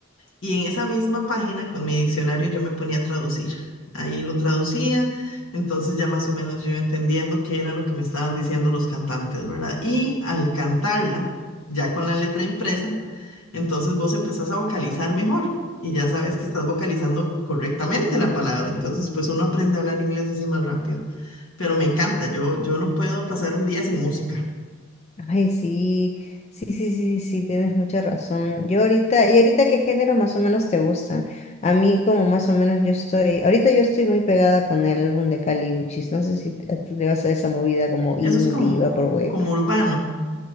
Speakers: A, on the left; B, on the left.
A: y en esa misma página con mi diccionario yo me ponía a traducir. Ahí lo traducía, entonces ya más o menos yo iba entendiendo qué era lo que me estaban diciendo los cantantes, ¿verdad? Y al cantarla, ya con la letra impresa, entonces vos empezás a vocalizar mejor y ya sabes que estás vocalizando correctamente la palabra. Entonces, pues uno aprende a hablar inglés así más rápido. Pero me encanta, yo, yo no puedo pasar un día sin música.
B: Ay, sí, sí, sí, sí, sí, tienes mucha razón. Yo ahorita, ¿y ahorita qué género más o menos te gustan? A mí como más o menos yo estoy, ahorita yo estoy muy pegada con el álbum de Kali Uchis, no sé si te- tú le vas a esa movida como indie,
A: Eso es como,
B: vaporwave.
A: como urbano,